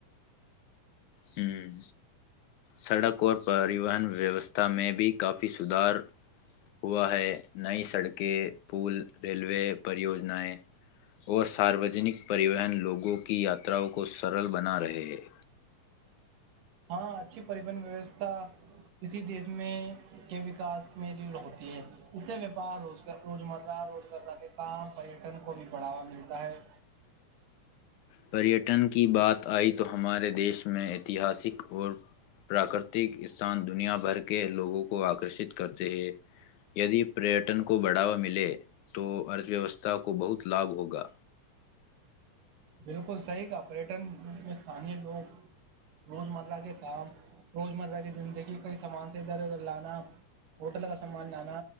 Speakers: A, on the left; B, on the right.
A: ہ سڑک اور پریوہن ویوستھا میں بھی کافی سدھار ہوا ہے نئی سڑک کے پول ریلوے پررییوجنایں اور ساروجنک پریوہن لوگوں کی یاتاوں کو سرل بنا رہے ہیں
B: ہاں اچھی پریبن ویوستھا کسی دیش میں کے وکاس میں لیڑ ہوتی ہے اس سے وپار روز روزمرہ روز گرہ کے کام پریٹن کو بھی بڑھاوا ملتا ہے
A: پریٹن کی بات آئی تو ہمارے دیش میں ایتہاسک اور پراکرتک استان دنیا بھر کے لوگوں کو آکرشت کرتے ہیں یدی پریٹن کو بڑھاوا ملے تو ارتھ ویوستھا کو بہت لابھ ہوگا
B: بالکل صحیح کا پریٹن میں ستانییہ لوگ روز مرہ کے کام روز مرہ کی زندگی کئی سامان سے ادھر ادھر لانا ہوٹل کا سامان لانا